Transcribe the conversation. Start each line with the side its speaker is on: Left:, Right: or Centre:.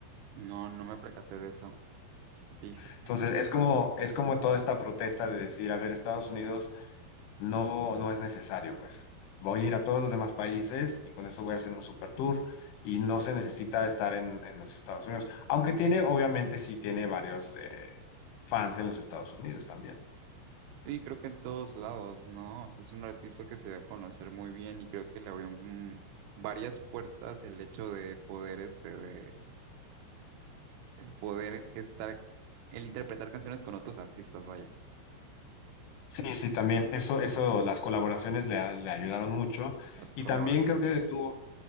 Right: No, no me percaté de eso. Fíjate.
Left: Entonces, es como, es como toda esta protesta de decir, a ver, Estados Unidos no, no es necesario, pues. Voy a ir a todos los demás países y con eso voy a hacer un super tour y no se necesita estar en, en los Estados Unidos, aunque tiene, obviamente, sí tiene varios eh, fans en los Estados Unidos también.
Right: Sí, creo que en todos lados, ¿no? O sea, es un artista que se va a conocer muy bien y creo que le abrió mm, varias puertas el hecho de poder, este, de el poder estar, el interpretar canciones con otros artistas, vaya,
Left: Sí, sí, también. Eso, eso, las colaboraciones le, a- le ayudaron mucho.
Right: las colaboraciones.
Left: Y también creo que tuvo,